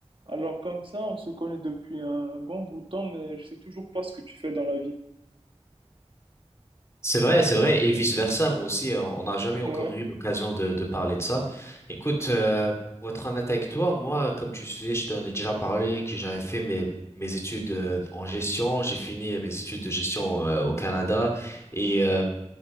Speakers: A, on the right (about 50°); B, on the left (about 25°).
A: Alors comme ça, on se connaît depuis un bon bout de temps, mais je sais toujours pas ce que tu fais dans la vie.
B: C'est vrai, c'est vrai, et vice-versa, moi aussi, euh, on n'a jamais
A: <laughs>
B: encore
A: Ouais,
B: eu l'occasion de, de parler de ça. Écoute, euh, pour être honnête avec toi, moi, comme tu sais, je t'en ai déjà parlé, que j'avais fait mes, mes études euh, en gestion, j'ai fini mes études de gestion euh, au Canada, et euh,
A: ouais,